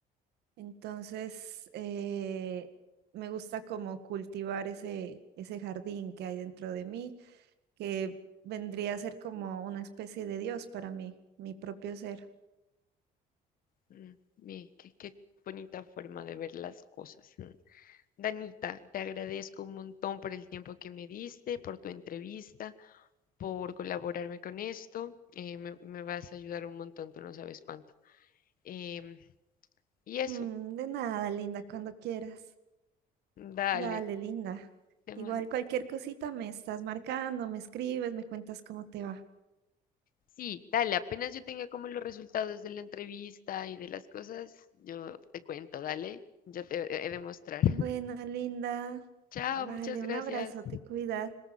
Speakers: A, on the right; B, on the left.
A: entonces eh, me gusta como cultivar ese, ese jardín que hay dentro de mí, que vendría a ser como una especie de Dios para mí, mi propio ser.
B: Mm, ve, qué, qué bonita forma de ver las cosas. mm. Danita, te agradezco un montón por el tiempo que me diste, por tu entrevista, por colaborarme con esto. eh, me, me vas a ayudar un montón, tú no sabes cuánto. Em, y eso,
A: Mm, de nada, linda, cuando quieras.
B: dale.
A: Dale, linda.
B: te
A: Igual
B: man-
A: cualquier cosita me estás marcando, me escribes, me cuentas cómo te va.
B: Sí, dale, apenas yo tenga como los resultados de la entrevista y de las cosas, yo te cuento, dale. Yo te he de mostrar.
A: Bueno, linda.
B: Chao,
A: Vale,
B: muchas gracias.
A: un abrazo, te cuidas.